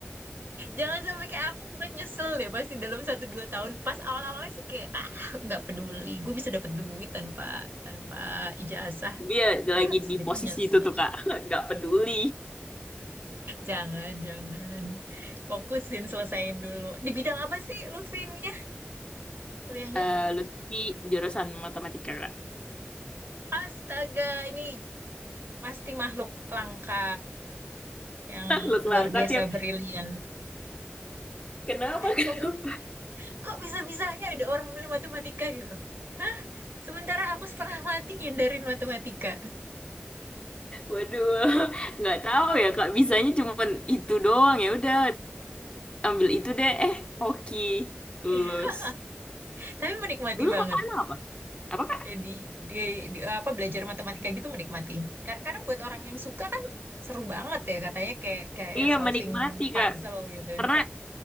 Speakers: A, on the right (about 60°); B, on the left (about 25°).
A: Jangan sampai kayak aku bukan nyesel deh pasti dalam satu dua tahun. Pas awal-awalnya sih kayak ah nggak peduli. Gue bisa dapet duit tanpa tanpa ijazah.
B: dia
A: Ah,
B: lagi
A: habis
B: di
A: gitu
B: posisi
A: nyesel.
B: itu tuh kak, <laughs> nggak peduli.
A: Jangan, jangan. Fokusin, selesain dulu. Di bidang apa sih Lutfi ininya kuliahnya?
B: Eh Lutfi jurusan matematika kak.
A: Astaga, ini pasti makhluk langka yang
B: <laughs> Langsung
A: luar
B: angkat
A: biasa
B: ya.
A: brilian.
B: Kenapa? <laughs>
A: Kok,
B: Kenapa?
A: kok bisa-bisanya ada orang milih matematika gitu? Hah? Sementara aku setengah mati ngindarin matematika.
B: Waduh, <laughs> nggak tahu ya Kak. Bisanya cuman itu doang ya. Udah ambil itu deh. Eh, hoki lulus.
A: <laughs> Tapi menikmati
B: Dulu
A: banget.
B: Kakak anak apa? Apa Kak?
A: Eh, Di, di, di apa belajar matematika gitu menikmati. Kar- Karena buat orang yang suka kan seru banget ya katanya kayak kayak
B: Iya,
A: solving
B: menikmati
A: puzzle
B: Kak.
A: gitu.
B: Karena